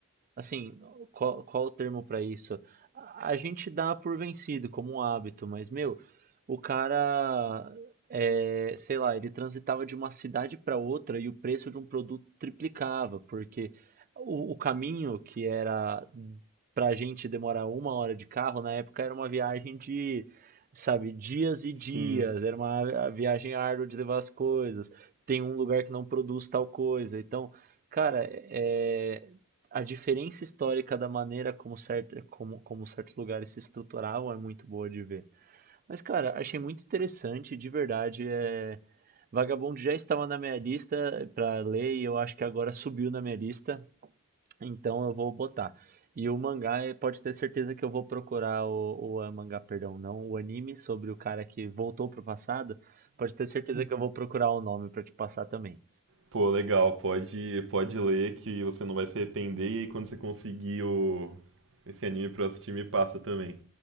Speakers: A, on the right; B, on the right.
A: Assim, qual, qual o termo pra isso? A a gente dá por vencido como um hábito, mas meu, o cara, é, sei lá, ele transitava de uma cidade pra outra e o preço de um produto triplicava, porque o, o caminho que era pra gente demorar uma hora de carro, na época era uma viagem de, sabe, dias e
B: Sim.
A: dias, era uma a- viagem árdua de levar as coisas, tem um lugar que não produz tal coisa, então. Cara, é, a diferença histórica da maneira como, certo, como, como certos lugares se estruturavam é muito boa de ver. Mas, cara, achei muito interessante, de verdade. É... Vagabond já estava na minha lista pra ler e eu acho que agora subiu na minha lista, então eu vou botar. E o mangá, eh, pode ter certeza que eu vou procurar o, o ah, mangá, perdão, não, o anime sobre o cara que voltou pro passado. Pode ter certeza que eu vou procurar o nome pra te passar também.
B: Pô, legal, pode, pode ler que você não vai se arrepender e aí quando você conseguir o, esse anime pra assistir me passa também.